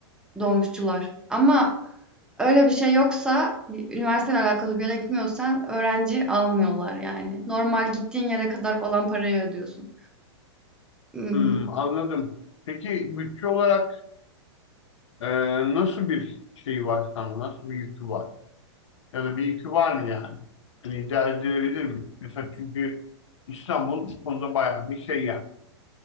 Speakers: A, in the centre; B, on the left.
A: dolmuşçular. Ama öyle bir şey yoksa, bir üniversiteyle alakalı bir yere gitmiyorsan öğrenci almıyorlar yani. Normal gittiğin yere kadar olan parayı ödüyorsun. Imm
B: Hmm, anladım. Peki bütçe olarak e, nasıl bir şey var sana? Nasıl bir yükü var? Ya da bir yükü var mı yani? Hani idare edilebilir mi? Mesela çünkü İstanbul bu konuda bayağı bir şey yani.